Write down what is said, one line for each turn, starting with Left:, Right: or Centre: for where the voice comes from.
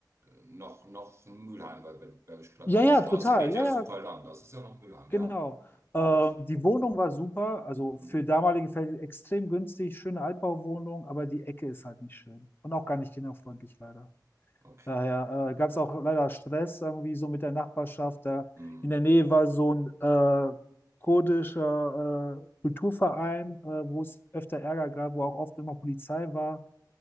Right: äh, noch, noch Mülheim, weil Ber- Bergisch-Gladbacher
Left: äh, ja, ja,
Right: Straße
Left: total,
Right: geht
Left: ja,
Right: ja super
Left: ja,
Right: lang. Das ist ja noch Mülheim,
Left: genau.
Right: ja. Gut.
Left: Ähm, die Wohnung war super, also
Right: Hm,
Left: für damalige Fälle extrem günstig, schöne Altbauwohnung, aber die Ecke ist halt nicht schön und auch gar nicht kinderfreundlich leider.
Right: okay.
Left: Daher äh, gab es auch leider Stress irgendwie so mit der Nachbarschaft. Da
Right: Hm.
Left: in der Nähe war so ein äh, kurdischer äh, Kulturverein, äh, wo es öfter Ärger gab, wo auch oft immer Polizei war.